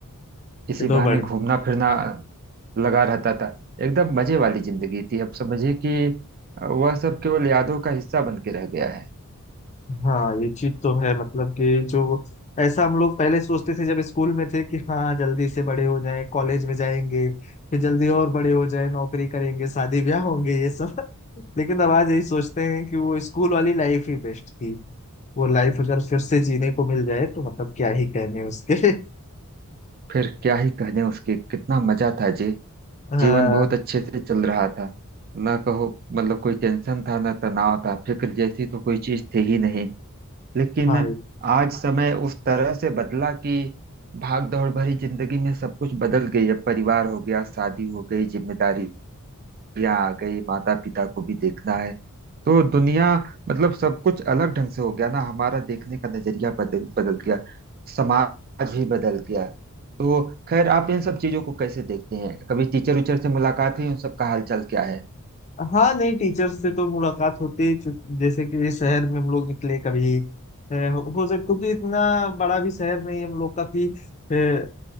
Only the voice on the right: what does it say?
इसी
बहाने
घूमना फिरना लगा रहता था एकदम मजे वाली जिंदगी थी अब समझिए कि वह सब केवल यादों का हिस्सा बन के रह गया है
फिर क्या ही कहने उसके कितना मजा था जी
जीवन
बहुत अच्छे से चल रहा था ना कहो मतलब कोई टेंशन था ना तनाव था फिक्र जैसी तो कोई चीज थी ही नहीं लेकिन
आज समय उस तरह से बदला कि भाग दौड़ भरी जिंदगी में सब कुछ बदल गई है परिवार हो गया शादी हो गई जिम्मेदारी या आ गई माता पिता को भी देखना है तो दुनिया मतलब सब कुछ अलग ढंग से हो गया ना हमारा देखने का नजरिया बदल बदल गया समाज ही बदल गया तो खैर आप इन सब चीजों को कैसे देखते हैं कभी टीचर उचर से मुलाकात हुई उन सब का हालचाल क्या है